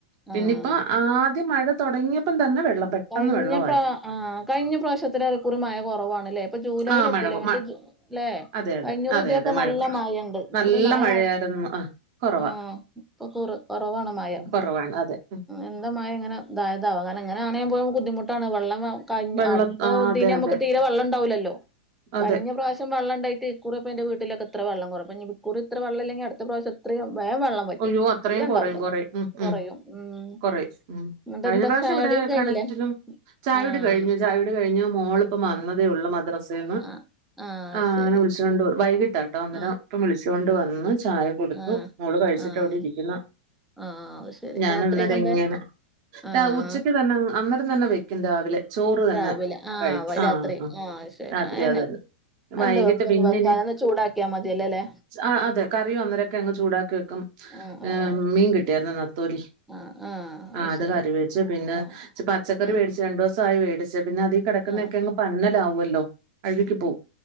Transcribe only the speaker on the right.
പിന്നെപ്പോ
ആദ്യം മഴ തുടങ്ങിയപ്പം തന്നെ വെള്ളം പെട്ടെന്ന്
വെള്ളവായി
ആഹ്
മഴ കൊ
മ
അതെ അതെ
അതെ
അതെ മഴ
കൊറ
നല്ല
മഴയായിരുന്നു ആഹ് കൊറവാ
കൊറവാണ് അതെ ഉം
വെള്ളം
ആഹ്
അതെ അതെ
അതെ
ഒയ്യോ അത്രയും
കൊറയും കൊറയും ഉമ് ഉ
മ്
കൊറയും ഉമ്
കഴിഞ്ഞ
പ്രാവശ്യം
ഇവിടെ പിന്നെ
കെണറ്റിലും ചായുടി
കഴിഞ്ഞു ചായ കഴിഞ്ഞ മോളിപ്പ വന്നതേ
ഉള്ളു മദ്രേ സേന്ന്
ആ
അങ്ങനെ വിളിചോണ്ട് വൈകിട്ട പട്ട ഒന്നര
ഇപ്പ വിളിചോണ്ട് വന്ന് ചായ കൊടുത്തു
മോള് കഴിച്ച് സിറ്റവുട്ട്
ഇരിക്കുന്ന
ഞാനഅന്നേരം
എങ്ങനെ
ഉച്ചക്ക് തന്നെ അന്നരം തന്നെ വെക്കും രാവിലെ ചോറ് തന്നെ
കഴിക്കും
ആ
ആ
രാത്രി
അത് തന്നെ
വൈകിട്ട്
പിന്നിനി
ആ അതെ കറി വന്നരൊക്കെ അങ്ങ് ചൂടാക്കി വെക്കും
എ മീൻ കിട്ടിയരുന്നു നെത്തോലി
ആഹ് അത്
കറി വെച്ചു പിന്നെ
പച്ചക്കറി
മേടിച്ച് രണ്ടൂസായി മേടിച്ച് പിന്നെ അതി കിടക്കുന്നൊക്കെ
അങ്ങ് പന്നലാവുല്ലോ അഴുകി പോവും